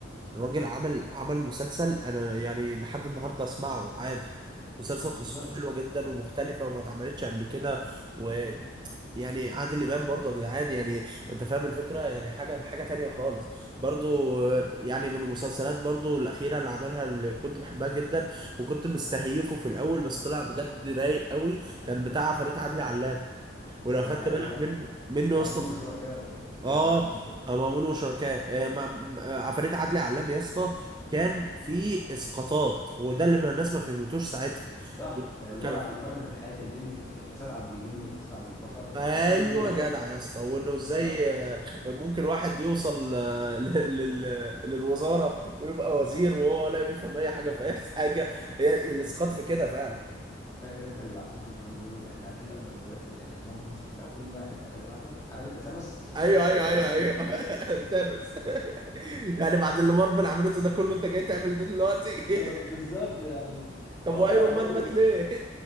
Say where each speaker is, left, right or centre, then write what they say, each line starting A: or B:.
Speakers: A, on the right; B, on the left.
A: الراجل عمل عمل مسلسل انا يعني لحد النهارده اسمعه عادي مسلسل قصته
B: بالظبط
A: حلوه جدا ومختلفه وما اتعملتش قبل كده ويعني عادل امام برضه يا جدعان يعني انت فاهم الفكره يعني حاجه حاجه تانية خالص برضه يعني من المسلسلات برضه الاخيره اللي عملها اللي كنت بحبها جدا وكنت مستهيفه في الاول بس طلع بجد رايق قوي كان بتاع فريد عدلي علام ولو
B: يا
A: خدت
B: نهار
A: بالك
B: أبيض.
A: منه منه
B: مأمون
A: يا اسطى
B: وشركائه يا
A: اه
B: لهوي على مأمون وشركائه
A: مأمون وشركاه آه، ما- ما- آه، عفاريت عدلي علام يا اسطى كان في اسقاطات وده اللي ما الناس ما فهمتوش ساعتها
B: صح آه، اللي
A: كان
B: هو بيقارن
A: <laughs>
B: بين حياة الجن الفس- الفساد عند الجن والفساد عند البشر
A: ايوه
B: بيقارن بي اللي
A: جدع
B: هو ايه
A: يا اسطى وانه
B: بز- بالظبط
A: ازاي آه، ممكن واحد يوصل آه، ل- لل- للوزاره ويبقى وزير وهو ولا بيفهم اي حاجه في اي حاجه هي
B: آه.
A: الاسقاط في كده فعلا
B: فاكر انت العفريت اللي كان بيقول له احنا هنحل الازمه الاقتصاديه ازاي احنا هنموت نص ش- لو كل واحد قتل واحد عارف انت ثانوس
A: ايوه ايوه ايوه ايوه
B: <laughs>
A: <laughs> ثانوس <laughs> يعني بعد اللي مارفل عملته ده كله انت جاي تعمل ده دلوقتي
B: آه، بالظبط
A: <laughs>
B: يعني
A: طب
B: فهو
A: وايرون
B: برضه
A: مان مات
B: بي-
A: ليه؟ <laughs>